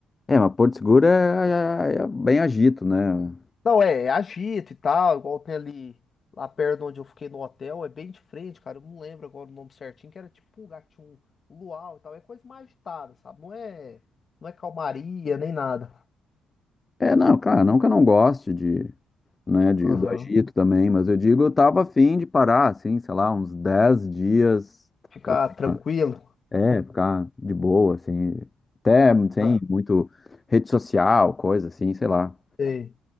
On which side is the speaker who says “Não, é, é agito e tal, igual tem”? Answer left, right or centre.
Left